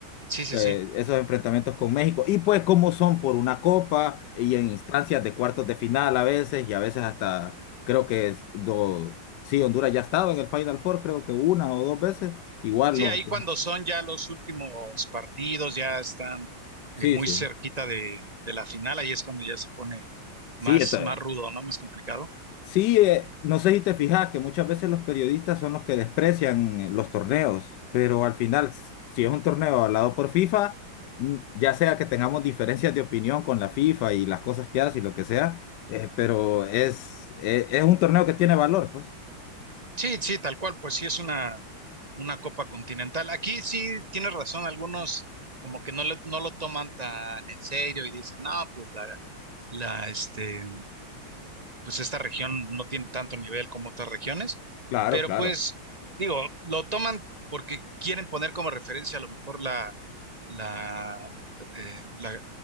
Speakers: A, on the right; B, on the left.
A: Sí, sí,
B: eh,
A: sí.
B: esos enfrentamientos con México. Y pues como son por una copa y en instancias de cuartos de final a veces y a veces hasta creo que es do- sí, Honduras ya ha estado en el Final Four, creo que una o dos veces. Igual
A: Sí,
B: no.
A: ahí cuando son ya los últimos partidos, ya están
B: Sí,
A: eh, muy
B: sí.
A: cerquita de, de la final, ahí es cuando ya se pone más,
B: Sí, esto-
A: más rudo, ¿no? Más complicado.
B: Sí, eh, no sé si te fijas que muchas veces los periodistas son los que desprecian eh, los torneos, pero al final, s- si es un torneo avalado por FIFA, mm, ya sea que tengamos diferencias de opinión con la FIFA y las cosas que hace y lo que sea, eh, pero es, e- es un torneo que tiene valor, pues.
A: Sí, sí, tal cual, pues sí es una, una copa continental. Aquí sí tienes razón, algunos como que no, le- no lo toman tan en serio y dicen, no, pues la, la, este, pues esta región no tiene tanto nivel como otras regiones,
B: Claro,
A: pero
B: claro.
A: pues digo, lo toman porque quieren poner como referencia a lo mejor la, la, eh, la,